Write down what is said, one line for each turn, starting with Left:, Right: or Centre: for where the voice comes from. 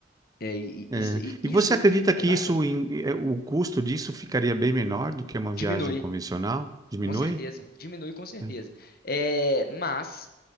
Left: É, e- e-
Right: É,
Left: isso, e- isso
Right: E você acredita que
Left: é bacana.
Right: isso, em- eh, o custo disso ficaria bem menor do que uma
Left: Diminui,
Right: viagem convencional? Diminui?
Left: com certeza. Diminui com certeza.
Right: É.
Left: É, mas